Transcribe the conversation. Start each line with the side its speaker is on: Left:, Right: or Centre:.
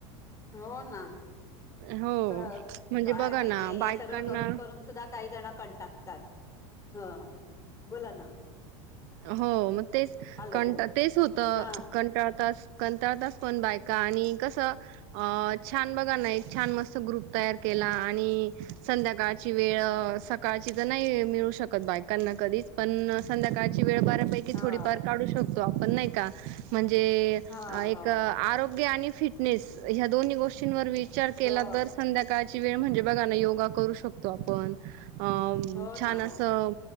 Left: हो ना
Right: हो
Left: का
Right: म्हणजे
Left: काय
Right: बघा
Left: माहितीय
Right: ना बायकांना
Left: हे सगळं करून करून सुद्धा काही जण कंटाळतात ह बोला ना
Right: हो मग तेच
Left: हॅलो
Right: कंटा तेच होतं
Left: हा
Right: कंटाळ असतो ना बायका आणि कसं अ छान बघा ना एक छान मस्त ग्रुप तयार केला आणि संध्याकाळची वेळ सकाळची तर नाही मिळू शकत बायकांना कधीच पण संध्याकाळची ची वेळ बरं पैकी
Left: हा
Right: थोडीफार काढू शकतो पण नाही का म्हणजे जे
Left: हा
Right: एक
Left: हो
Right: आरोग्य योग्य आणि फिटनेस या दोन्ही गोष्टींवर वि विचार केला
Left: हो
Right: तर संध्याकाळ चा वेळ म्हणजे बघा ना योगा करू शकतो आपण अ
Left: हो
Right: छान
Left: ना
Right: असं
Left: हो